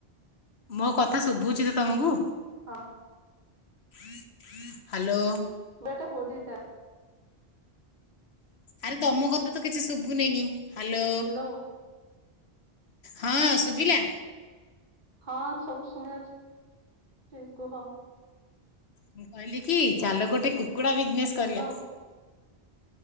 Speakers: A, on the left; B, on the right.
A: ମୋ କଥା ଶୁଭୁଚି ତ ତମକୁ?
B: ହଁ।
A: <inaudible> ହାଲୋ।
B: ମୋର ଏଟା ଫୋର ଟା
A: ଆରେ ତମ କଥା ତ କିଛି ଶୁଭୁ ନେଇ ହାଲୋ।
B: ହ୍ୟାଲୋ
A: ହଁ ସୁଭିଲା
B: ହଁ ସବୁ ଶୁଣା ଯାଉଚି କୁହ?
A: ମୁଁ କହିଲି କି ଚାଲ ଗୋଟେ କୁକୁଡା ବିଜନେସ
B: ହ୍ୟାଲୋ
A: କରିବା।